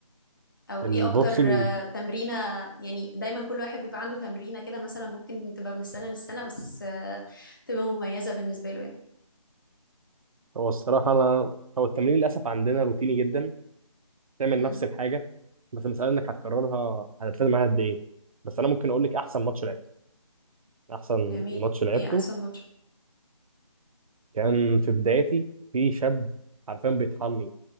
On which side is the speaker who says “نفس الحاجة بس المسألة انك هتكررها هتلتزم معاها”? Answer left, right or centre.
Right